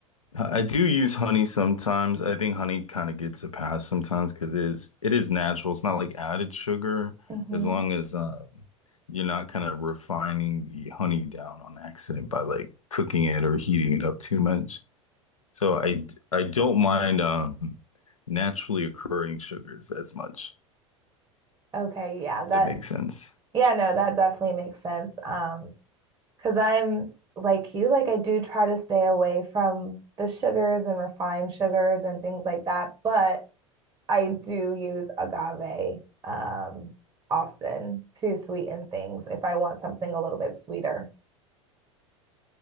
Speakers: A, on the left (about 80°); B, on the right (about 25°).
A: I do use honey sometimes. I think honey kind of gets a pass sometimes because it is it is natural. It's not like added sugar
B: hmm
A: as long as um, you're not kind of refining the honey down on accident by like cooking it or heating it up too much. So I d- I don't mind um naturally occurring sugars as much,
B: Okay, yeah, that,
A: if that makes sense.
B: yeah, no, that definitely makes sense. Um, because I'm like you, like I do try to stay away from the sugars and refined sugars and things like that, but I do use agave um often to sweeten things if I want something a little bit sweeter.